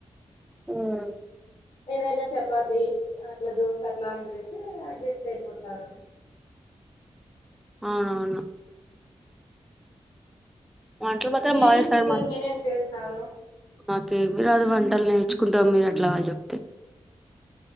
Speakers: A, in the centre; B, on the left.
A: హమ్
B: ఏదైనా చపాతి అట్లా దోశ అట్లాంటిదియితే అడ్జస్ట్ అయిపోతారు
A: అవునవును వంటలు మాత్రం
B: మీరు
A: బాగా చేస్తారు
B: సిస్టర్
A: మా
B: మీనే ఏం చేస్తున్నారు
A: మాకేమి రాదు వంటలు నేర్చుకుంటం మీరు అట్లా చెప్